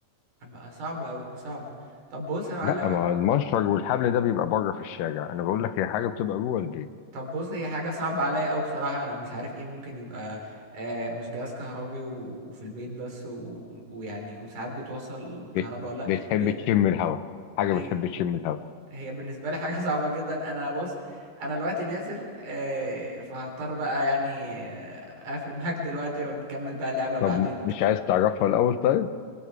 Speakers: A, on the right; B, on the left.
A: أما صعبة اوي صعبة طب بص يا معلم
B: لا ما
A: أنا-
B: هو المنشر والحبل ده بيبقى بره في الشارع انا بقول لك هي حاجه بتبقى جوه البيت
A: طب بص هي حاجة صعبة عليا اوي بصراحة انا مش عارف ايه ممكن يبقى آه مش جهاز كهربي و... وفي البيت بس و... ويعني وساعات بتوصل بالكهرباء
B: بت...
A: ولا لأ.
B: بتحب
A: هي
B: تشم الهواء حاجه
A: هي
B: بتحب تشم الهواء
A: هي بالنسبة لي حاجة <laughs> صعبة جدا انا بص انا دلوقتي نازل آه فهضطر بقى يعني آه، اقفل معاك دلوقتي ونكمل بقى اللعبة بعدين
B: طب مش عايز تعرفها الاول طيب